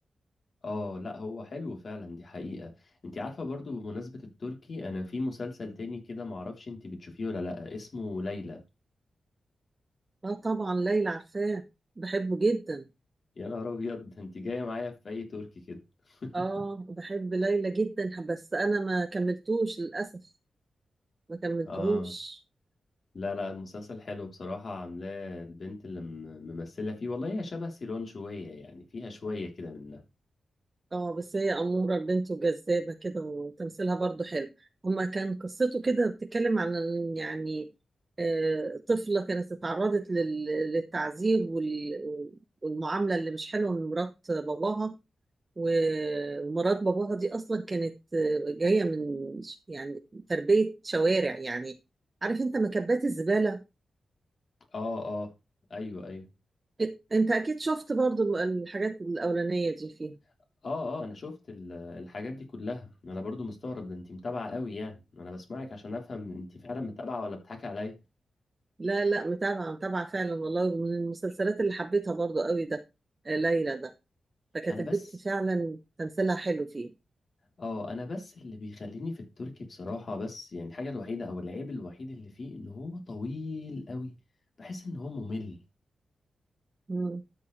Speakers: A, on the left; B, on the right.
A: اه لا هو حلو فعلا دي حقيقة انت عارفة برضو بمناسبة التركي انا في مسلسل تاني كده معرفش انت بتشوفيه ولا لا اسمه ليلى
B: اه طبعا ليلى عارفاه بحبه جدا
A: يا نهار ابيض ده انت جاية معايا في اي تركي كده <laughs>
B: اه بحب ليلى جدا بس انا ما كملتوش للاسف ما كملتهوش
A: اه لا لا المسلسل حلو بصراحة عاملاه البنت اللي م- ممثلة فيه والله هي شبه سيران شوية يعني فيها شوية كده منها
B: اه بس هي أمورة البنت وجذابة كده وتمثيلها برضو حلو هما كان قصته كده بتتكلم عن ال- يعني آه، طفلة كانت اتعرضت لل- للتعذيب وال- والمعاملة اللي مش حلوة من مرات باباها و- ومرات باباها دي أصلا كانت آه، جاية من ش- يعني تربية شوارع يعني عارف انت مكبات الزبالة
A: اه اه ايوه ايوه
B: إ- انت اكيد شفت برضو الحاجات الأولانية دي فيها
A: اه اه انا شفت ال- الحاجات دي كلها انا برضو مستغرب ده انت متابعه قوي يعني انا بسمعك عشان افهم انت فعلا متابعه ولا بتضحكي عليا
B: لا لا متابعة متابعة فعلا والله ومن المسلسلات اللي حبيتها برضو قوي ده آه، ليلى ده فكانت
A: انا
B: البت
A: بس
B: فعلا تمثيلها حلو فيه
A: اه انا بس اللي بيخليني في التركي بصراحه بس يعني الحاجه الوحيده او العيب الوحيد اللي فيه ان هو طويل قوي بحس ان هو ممل
B: مم.